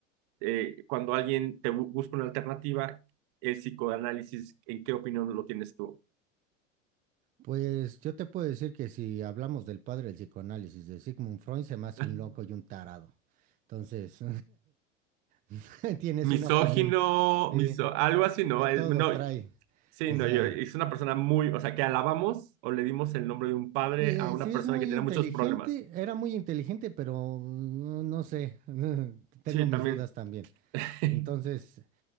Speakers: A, on the right (about 45°); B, on the right (about 20°).
A: eh, cuando alguien te bu- busca una alternativa, el psicoanálisis, ¿en qué opinión lo tienes tú?
B: Pues yo te puedo decir que si hablamos del padre del psicoanálisis de Sigmund Freud, se me hace
A: <laughs>
B: un loco y un tarado. Entonces, <laughs> tienes
A: Misógino,
B: una opinión. Sí,
A: miso- algo así, ¿no?
B: de
A: Es-
B: todo
A: no,
B: trae.
A: sí,
B: O
A: no,
B: sea,
A: yo, es una persona muy, o sea, que alabamos o le dimos el nombre de un padre
B: y, eh,
A: a una
B: sí es
A: persona
B: muy
A: que tenía
B: inteligente,
A: muchos problemas.
B: era muy inteligente, pero mm, no sé, <laughs> tengo
A: Sí,
B: mis
A: también.
B: dudas también.
A: <laughs>
B: Entonces,